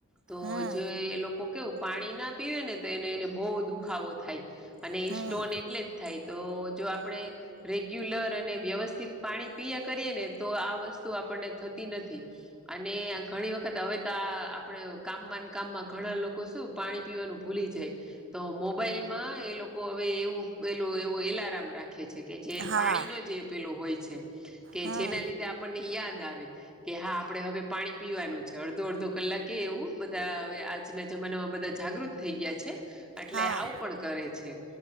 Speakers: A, in the centre; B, on the right.
A: તો
B: હમ
A: જો એ લોકો કેવું પાણી ના પીવે ને તો એને એને બહ દુખાવો થાય અને એ
B: હમ
A: સ્ટોન એટલે જ થાય તો જો આપણેે રેગ્યુલર અને વ્યવસ્થિત પાણી પીયા કરીએ ને તો આ વસ્તુ આપણને થતી નથી. અને ઘણી વખત હવે તો આ આપણે કામમાંનકામમાં ઘણા લોકો શું પાણી પીવાનું ભૂલી જાય તો મોબાઈલ માં એ લોકો હવે એવું એલું એવ એલાર્મ રાખે છે. કે જે
B: હા
A: પાણીનો જે પેલો હોય છે કે
B: હમ
A: જેના લીધે આપણને યાદ આવે. કે હા આપડણે હવે પાણી પીવાનું છે અડધો અડધો કલાકે એવું બધા હ આજના જમાનામાં બધા જાગૃત થઈ ગયા છે એટલે
B: હા
A: આવું પણ કરે છે.